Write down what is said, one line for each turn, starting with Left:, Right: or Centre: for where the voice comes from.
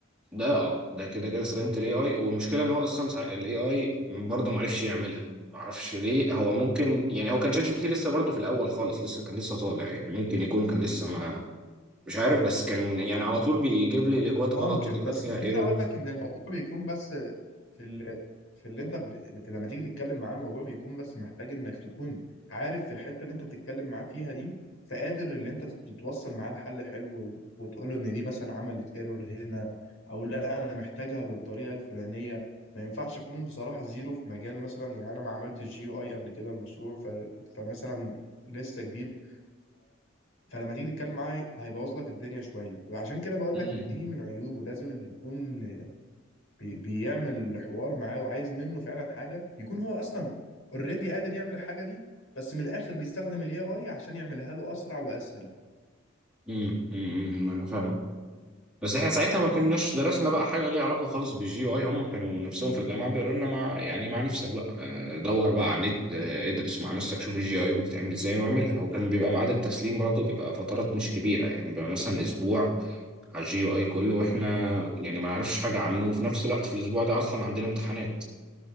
Centre: ده اه ده كده كده استخدمت الاي اي والمشكله ان هو اصلا الاي اي برضه ما عرفش يعملها ما اعرفش ليه هو ممكن يعني هو كان شات جي بي تي لسه برضه في الاول خالص لسه كان لسه طالع يعني ممكن يكون كان لسه ما مش عارف بس كان يعني على طول بيجيب لي الاكواد
Left: ممكن
Centre: غلط والاكواد
Left: بس
Centre: فيها
Left: خليني
Centre: ايرور
Left: اقول لك ان الموضوع بيكون بس في ال... في اللي انت ب... بت... لما تيجي تتكلم معاه الموضوع بيكون بس محتاج انك تكون عارف في الحته اللي انت بتتكلم معاه فيها دي فقادر اللي انت تتوصل معاه لحل حلو و... وتقول له ان دي مثلا عملت ايرور هنا او لا انا محتاجها بالطريقه الفلانيه ما ينفعش اكون بصراحه زيرو في مجال مثلا يعني انا ما عملتش جي يو اي قبل كده المشروع ف... فمثلا لسه جديد فلما تيجي تتكلم معاه هيبوظ لك الدنيا شويه وعشان كده بقول
Centre: مم.
Left: لك ان دي من عيوب ولازم اللي يكون بي- بيعمل حوار معاه وعايز منه فعلا حاجه يكون هو اصلا اوريدي قادر يعمل الحاجه دي بس من الاخر بيستخدم الاي اي عشان يعملها له اسرع واسهل
Centre: امم أمم، أمم، انا فاهمك بس احنا ساعتها ما كناش درسنا بقى حاجه ليها علاقه خالص بالجي اي هم كانوا نفسهم في الجامعه بيقولوا لنا مع يعني مع نفسك بقى آه، دور بقى على النت آه، ادرس مع نفسك شوف الجي اي بتتعمل ازاي واعملها وكان بيبقى ميعاد التسليم برضه بيبقى فترات مش كبيره يعني بيبقى مثلا اسبوع على الجي اي كله واحنا يعني ما نعرفش حاجه عنه وفي نفس الوقت في الاسبوع ده اصلا عندنا امتحانات